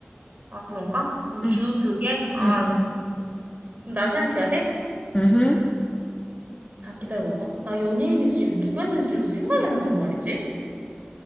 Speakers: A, on the right; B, on the left.
A: 아, 그런가? 그럼 주
B: 응,
A: 그게? 아,
B: 응,
A: 알았어.
B: 응.
A: 그럼 나 생각해야 돼?
B: 응,
A: 아, 기다려봐봐. 나 연예인이지 누구였는지 요새 생각이 안 난단 말이지?